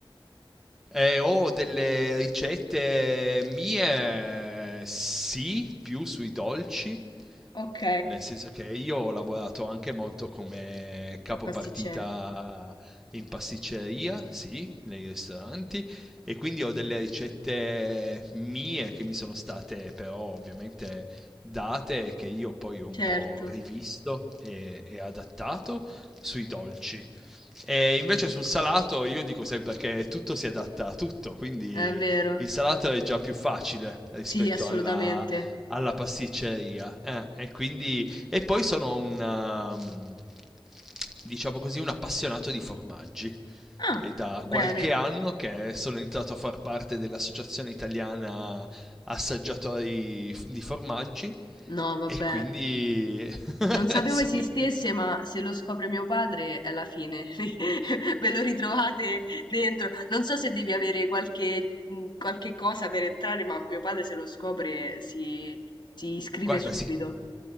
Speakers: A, in the centre; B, on the left.
A: Eh, ho delle ricette mie, sì, più sui dolci,
B: Ok.
A: nel senso che io ho lavorato anche molto come capopartita
B: Pasticcere.
A: in pasticceria, sì, nei ristoranti, e quindi ho delle ricette mie che mi sono state però ovviamente date, che io poi ho un
B: Certo,
A: po' rivisto e e adattato sui dolci. E invece sul salato io dico sempre che tutto si adatta a tutto, quindi
B: è vero.
A: il salato è già più facile rispetto
B: Sì, assolutamente.
A: alla, alla pasticceria. eh, e quindi... E poi sono un, um, diciamo così, un appassionato di formaggi.
B: Ah,
A: È da
B: bene.
A: qualche anno che sono entrato a far parte dell'Associazione Italiana Assaggiatori f- di Formaggi
B: No, vabbè.
A: e quindi <laughs>
B: Non sapevo
A: sì,
B: esistesse, ma se lo scopre mio padre è la fine. <laughs> Ve lo ritrovate dentro. Non so se devi avere qualche, mh, qualche cosa per entrare, ma mio padre se lo scopre si, si iscrive
A: Guarda,
B: subito.
A: si,